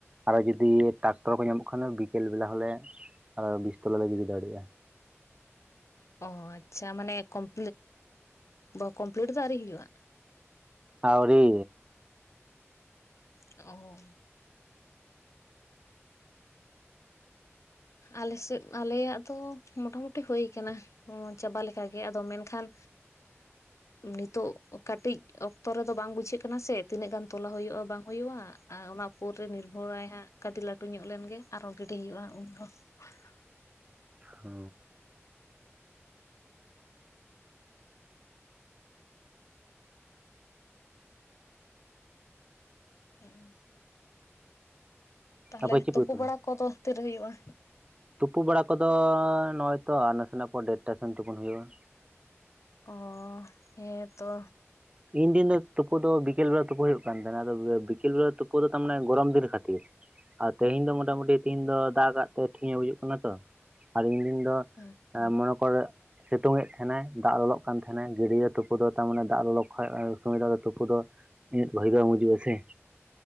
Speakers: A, on the right; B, on the left.
A: ᱟᱨᱚ ᱡᱩᱫᱤ ᱴᱟᱠᱴᱚᱨ ᱠᱚ ᱧᱟᱢᱚᱜ ᱠᱷᱟᱱ ᱵᱤᱠᱮᱞ ᱵᱮᱞᱟ ᱦᱚᱞᱮ ᱟᱨᱞᱮ ᱵᱤᱥᱛᱞᱟ ᱞᱮ ᱜᱤᱰᱤ ᱫᱟᱲᱮᱭᱟᱜᱼᱟ᱾
B: ᱚ ᱟᱪᱪᱷᱟ ᱢᱟᱱᱮ ᱠᱚᱢᱯ ᱠᱚᱢᱯᱞᱤᱴ ᱫᱚ ᱟᱹᱣᱨᱤ ᱦᱩᱭᱩᱜᱼᱟ?
A: ᱟᱹᱣᱨᱤ!
B: ᱚᱦ ᱟᱞᱮᱥᱮᱫ ᱟᱞᱮᱭᱟᱜ ᱫᱚ ᱢᱚᱴᱟᱢᱩᱴᱤ ᱦᱩᱭᱠᱟᱱᱟ ᱪᱟᱵᱟ ᱞᱮᱠᱟᱜᱮ ᱟᱫᱚ ᱢᱮᱱᱠᱷᱟᱱ ᱱᱤᱛᱳᱜ ᱠᱟᱹᱴᱤᱡ ᱚᱠᱛᱚ ᱨᱮᱫᱚ ᱵᱟᱝ ᱵᱩᱡᱷᱟᱹᱜ ᱠᱟᱱᱟ ᱥᱮ ᱛᱤᱱᱟᱹᱜ ᱜᱟᱱ ᱛᱚᱞᱟ ᱦᱩᱭᱩᱜᱼᱟ᱾ ᱵᱟᱝ ᱦᱩᱭᱩᱜᱼᱟ ᱟᱨ ᱚᱱᱟ ᱩᱯᱚᱨ ᱨᱮ ᱱᱤᱨᱵᱷᱚᱨᱟᱭ ᱦᱟᱸᱜ ᱠᱟᱹᱴ ᱞᱟᱹᱴᱩ ᱧᱚᱜ ᱞᱮᱱᱜᱮ ᱟᱨᱦᱚᱸ ᱜᱤᱰᱤ ᱦᱩᱭᱩᱜᱼᱟ ᱩᱱ ᱦᱚᱸ <inaudible>
A: ᱦᱚ
B: ᱦᱮᱸ ᱛᱟᱦᱚᱞᱮ
A: ᱛᱟᱯᱚᱨ ᱪᱮᱫ
B: ᱛᱩᱯᱩ
A: ᱯᱮ ᱩᱛᱩ
B: ᱵᱟᱲᱟ
A: ᱞᱮᱫᱟ
B: ᱠᱚᱫᱚ ᱛᱤᱨᱮ ᱦᱩᱭᱩᱜᱼᱟ?
A: ᱛᱩᱯᱩ ᱵᱟᱲᱟ ᱠᱚᱫᱚ ᱱᱚᱭᱼᱚᱭ ᱛᱚ ᱟᱨ ᱱᱟᱥᱮᱱᱟᱜ ᱯᱚᱨ ᱰᱮᱴᱴᱟ ᱥᱮᱱ ᱛᱩᱯᱩᱱ ᱦᱩᱭᱩᱜᱼᱟ᱾
B: ᱚ ᱦᱮᱸ ᱛᱚ!
A: ᱤᱧ ᱫᱤᱱ ᱫᱚ ᱛᱩᱯᱩ ᱫᱚ ᱵᱤᱠᱮᱞ ᱵᱮᱲᱟ ᱛᱩᱯᱩ ᱦᱩᱭᱩᱜ ᱠᱟᱱ ᱛᱱᱟ ᱟ ᱵᱤᱠᱮᱞ ᱵᱮ ᱛᱩᱯᱩ ᱫᱚ ᱛᱟᱨᱟᱱᱮ ᱜᱚᱨᱚᱢ ᱫᱤᱱ ᱠᱷᱟᱹᱛᱤᱨ ᱟᱨ ᱛᱮᱦᱮᱧ ᱫᱚ ᱢᱚᱴᱟᱟᱢᱴᱤ ᱛᱮᱦᱤᱧ ᱫᱚ ᱫᱟᱜ ᱠᱟᱜ ᱛᱮ ᱴᱷᱤᱠᱮ ᱵᱩᱡᱩᱜ ᱠᱟᱱᱟ ᱛᱚ ᱟᱨ ᱤᱧ ᱫᱤᱱ
B: ᱦᱮᱸ
A: ᱢᱚᱱᱮ ᱠᱚᱨ ᱥᱤᱛᱩᱝ ᱮ ᱛᱟᱦᱮᱸᱱᱟᱭ ᱫᱟᱜ ᱞᱚᱞᱚᱜ ᱠᱟᱱ ᱛᱟᱦᱮᱸᱱᱟᱭ ᱜᱟᱹᱰᱭᱟᱹ ᱛᱩᱯᱫ ᱫᱚ ᱛᱟᱨ ᱢᱟᱱᱮ ᱫᱟᱜ ᱞᱚᱞᱚ ᱥᱚᱢᱚᱭ ᱫᱚ ᱟ ᱛᱩᱯᱩ ᱫᱚ ᱤᱱᱟᱹ ᱵᱷᱟᱹᱜᱤ ᱫᱚ ᱵᱩᱡᱩᱜ ᱟᱥᱮ